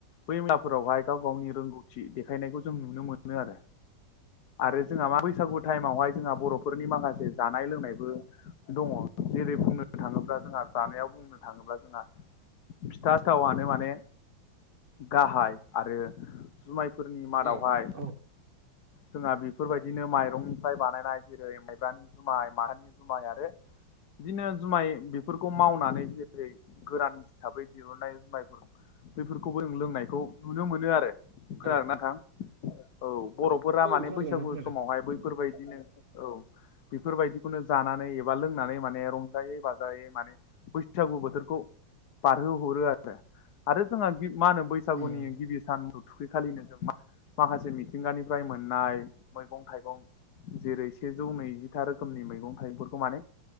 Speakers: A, on the left (about 60°); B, on the right (about 40°).
A: बै मेलाफोरावहाय गाव गावनि रोंगौथि देखायनायखौ जों नुनो मोनो आरो आरो जोंहा मा बैसागु टाइमावहाय जोंहा बर' फोरनि माखासे जानाय लोंनायबो दङ जेरै बुंनो थाङोब्ला जोंहा जानायाव बुं बुंनो थाङोब्ला जोंहा फिथा सिथावनो माने गाहाय आरो जुमायफोरनि मादावहाय
B: औ
A: जोंहा बेफोरबायदिनो माइरंनिफ्राय बानायनाय जेरै माइब्रानि जुमाय माथानि जुमाय आरो बिदिनो जुमाय बेफोरखौ मावनानै जेरै गोरान हिसाबै दिहुननाय जुमायफोर बेफोरखौबो जों लोंनायखौ नुनो मोनो आरो खोनादों
B: औ
A: ना नोंथां औ बर'फोरा
B: औ
A: माने
B: खोनादों
A: बैसागु
B: नोंथां खोनादों
A: समावहाय बैफोरबाय बिदिनो औ बेफोरबायदिखौनो जानानै एबा लोंनानै माने रंजायै बाजायै माने बैसागु बोथोरखौ बारहो हरो आरो आरो जोंहा गि मा होनो बैसागुनि
B: उम
A: गिबि सान <unintelligible> थुखैखालिनो जों मा माखासे मिथिंगानिफ्राय मोननाय मैगं थाइगं जेरै सेजौ नैजिथा रोखोमनि मैगं थाइगंफोरखौ माने